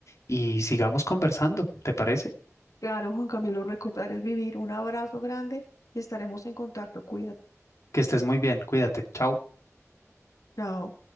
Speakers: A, on the left; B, on the left.
A: Y sigamos conversando, ¿te parece?
B: Claro, Juan Camilo, recordar es vivir. Un abrazo grande y estaremos en contacto. Cuídate.
A: Que estés muy bien, cuídate, chao.
B: Chao.